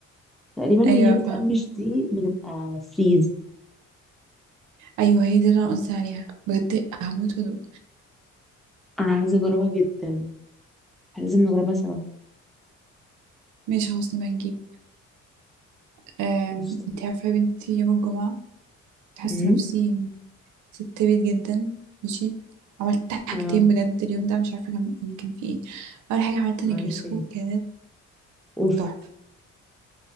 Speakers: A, in the centre; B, on the right.
A: تقريبا اللي
B: أيوة
A: هي بتقرمش
B: فاهم
A: دي بتبقى فريز
B: أيوة هي دي اللي أنا قصدي عليها بجد هموت وأدوق
A: انا عايزه اجربها جدا إحنا لازم نجربها سوا
B: ماشي خلاص نبقى نجيب أم،
A: قشطة.
B: انت عارفة يا بنتي يوم الجمعة كنت حاسة
A: امم
B: نفسي ست بيت جدا ماشي عملت حاجتين
A: اه
B: بجد اليوم ده مش عارفه كان يعني كان في ايه اول حاجه عملت
A: عالسي
B: نجريسكو كانت
A: اوف
B: تحفه